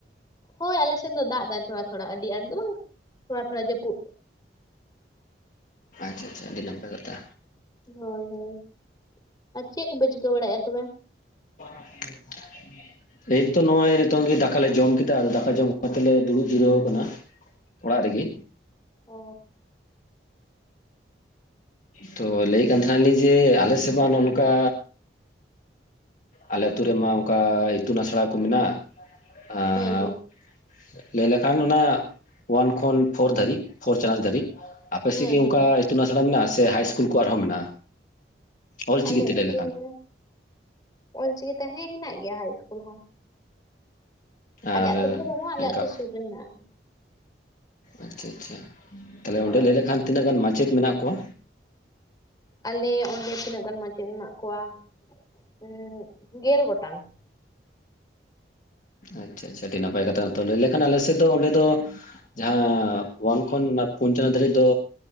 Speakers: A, on the left; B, on the left.
A: ᱦᱳᱭ ᱟᱞᱮ ᱥᱮᱫ ᱫᱚ ᱫᱟᱜ ᱫᱟᱭ ᱛᱷᱚᱲᱟ ᱛᱷᱚᱲᱟ ᱟᱹᱰᱤ ᱟᱸᱴ ᱫᱚ ᱵᱟᱝ ᱛᱷᱚᱲᱟ ᱛᱷᱚᱲᱟ ᱡᱟᱹᱯᱩᱫ᱾
B: ᱟᱪᱪᱷᱟ ᱟᱪᱪᱷᱟ ᱟᱹᱰᱤ ᱱᱟᱯᱟᱭ ᱠᱟᱛᱷᱟ᱾
A: ᱦᱳᱭ ᱦᱳᱭ ᱟᱨ ᱪᱮᱫ ᱠᱚᱯᱮ ᱪᱤᱠᱟᱹ ᱵᱟᱲᱟᱭᱮᱫᱼᱟ ᱛᱚᱵᱮ?
B: <inaudible> ᱮᱭ ᱛᱚ ᱱᱚᱜᱼᱚᱭ ᱱᱤᱛᱚᱝ ᱜᱮ ᱫᱟᱠᱟᱞᱮ ᱡᱚᱢ ᱠᱮᱫᱟ ᱫᱟᱠᱟ ᱡᱚᱢ ᱠᱟᱛᱮ ᱞᱮ ᱫᱩᱲᱩᱵ ᱡᱤᱨᱟᱹᱣ ᱟᱠᱟᱱᱟ᱾ ᱚᱲᱟᱜ ᱨᱤᱜᱤ᱾
A: ᱚ
B: ᱛᱚ ᱞᱟᱹᱭᱮᱫ ᱠᱟᱱ ᱛᱟᱦᱮᱞᱤᱧ ᱡᱮ ᱟᱞᱮ ᱥᱮᱫ ᱢᱟ ᱱᱚᱜ-ᱚ ᱱᱚᱝᱠᱟ ᱟᱞᱮ ᱟᱛᱩ ᱨᱮᱢᱟ ᱚᱱᱠᱟ ᱤᱛᱩᱱ ᱟᱥᱲᱟ ᱠᱚ ᱢᱮᱱᱟᱜ, ᱟᱨ
A: ᱦᱮᱸ ᱦᱮᱸ
B: ᱞᱮᱭ ᱞᱮᱠᱟᱱ ᱚᱱᱟ ᱳᱣᱟᱱ ᱠᱷᱚᱱ ᱯᱷᱳᱨ ᱫᱷᱟᱹᱵᱤᱡᱽ ᱯᱷᱳᱨ ᱪᱟᱱᱟᱪ ᱫᱷᱟᱹᱵᱤᱡᱽ᱾ ᱟᱯᱮ ᱥᱮᱫ
A: ᱦᱮᱸ
B: ᱜᱤ ᱚᱱᱠᱟ
A: ᱦᱮᱸ
B: ᱤᱛᱩᱱ ᱟᱥᱲᱟ ᱢᱮᱱᱟᱜᱼᱟ ᱥᱮ ᱦᱟᱭ ᱤᱥᱠᱩᱞ ᱠᱚ ᱟᱨᱦᱚᱸ ᱢᱮᱱᱟᱜᱼᱟ? ᱚᱞᱪᱤᱠᱤᱛᱮ
A: ᱟᱞᱮ ᱤᱥᱠᱩᱞ
B: ᱞᱟᱹᱭ ᱞᱮᱠᱷᱟᱱ
A: ᱨᱮ ᱚᱞᱪᱤᱠᱤᱛᱮ ᱦᱮᱸ ᱦᱮᱱᱟᱜ ᱜᱮᱭᱟ ᱦᱟᱭ ᱤᱥᱠᱩᱞ ᱦᱚᱸ᱾ ᱟᱞᱮ
B: ᱟᱨ
A: ᱟᱹᱛᱩ ᱨᱮᱫᱚ ᱵᱟᱹᱱᱩᱜᱼᱟ ᱟᱞᱮ
B: ᱱᱤᱝᱠᱟ,
A: ᱟᱹᱛᱩ ᱥᱩᱨ ᱨᱮ ᱦᱮᱱᱟᱜᱼᱟ
B: ᱟᱪᱪᱷᱟ ᱟᱪᱪᱷᱟ᱾ ᱛᱟᱦᱚᱞᱮ
A: ᱦᱳᱭ
B: ᱚᱸᱰᱮ ᱞᱟᱹᱭ ᱞᱮᱠᱷᱟᱱ ᱛᱤᱱᱟᱹᱜ ᱜᱟᱱ ᱢᱟᱪᱮᱫ ᱢᱮᱱᱟᱜ ᱠᱚᱣᱟ?
A: ᱟᱞᱮ ᱚᱸᱰᱮ ᱛᱤᱱᱟᱹᱜ ᱜᱟᱱ ᱢᱟᱪᱮᱫ ᱢᱮᱱᱟᱜ ᱠᱚᱣᱟ ᱩᱸ ᱜᱮᱞ ᱜᱚᱴᱟᱝ᱾
B: ᱟᱪᱪᱷᱟ ᱟᱪᱪᱷᱟ ᱟᱹᱰᱤ ᱱᱟᱯᱟᱭ ᱠᱟᱛᱷᱟ ᱛᱚ ᱞᱟᱹᱭ ᱞᱮᱠᱷᱟᱱ ᱟᱞᱮ ᱥᱮᱫ ᱫᱚ ᱚᱸᱰᱮ ᱫᱚ ᱡᱟᱦᱟᱸ ᱚᱣᱟᱱ ᱠᱷᱚᱱ <unintelligible> ᱫᱷᱟᱹᱨᱤᱡ ᱫᱚ